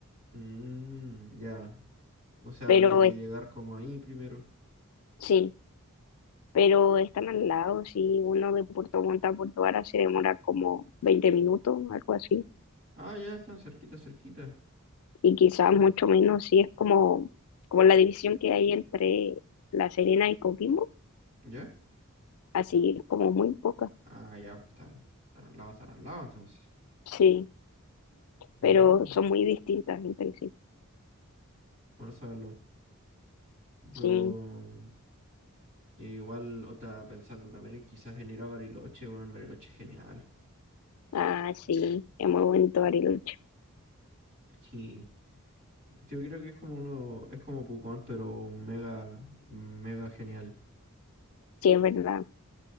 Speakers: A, on the right; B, on the left.
A: Mmm, ya. O sea,
B: pero
A: habría que
B: es-
A: llegar como ahí primero.
B: sí, pero están al lado, si uno de Puerto Montt a Puerto Vara se demora como 20 minutos, algo así,
A: Ah, ya, están cerquita, cerquita.
B: y quizás mucho menos si es como, como la división que hay entre La Serena y Coquimbo,
A: ¿Ya?
B: así es como muy poca,
A: Ah, ya, pues están, están al lado, están al lado, entonces.
B: sí,
A: Mm,
B: pero son muy distintas entre sí,
A: bueno saberlo. Yo
B: sí.
A: mm, igual otra pensando también en quizás en ir a Bariloche, bueno, Bariloche es genial.
B: Ah, sí, es muy bonito Ariel.
A: Sí, yo creo que es como uno, es como Pucón, pero mega, mega genial.
B: Sí, es verdad.